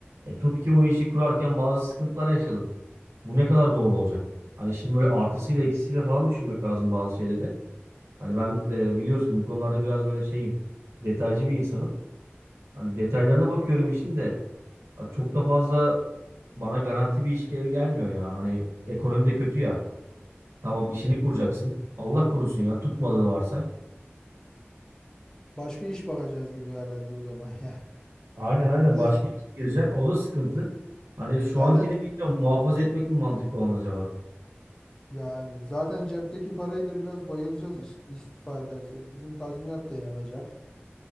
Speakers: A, on the right; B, on the left.
A: E, tut ki o işi kurarken bazı sıkıntılar yaşadım. Bu ne kadar doğru olacak? Hani şimdi böyle artısıyla eksisiyle falan düşünmek lazım bazı şeyleri. Hani ben e, biliyorsun bu konularda biraz böyle şeyim detaycı bir insanım. Hani detaylarına bakıyorum işin de Abi Çok da fazla bana garanti bir iş gel- gelmiyor ya. Hani ekonomi de kötü ya. Tamam
B: Hmm.
A: işini kuracaksın. Allah korusun ya tutmadığını varsay.
B: Başka iş bakacağız gibi herhalde o zaman ya.
A: Aynen
B: <laughs>
A: aynen
B: Yine
A: başka işe gireceksin. O da sıkıntı. Hani şu
B: zaten
A: ankini bilmiyorum muhafaza etmek mi mantıklı olan acaba?
B: Yani zaten cepteki parayı da biraz bayılacağız iş- istifa edersek. Bizim tazminat da yanacak.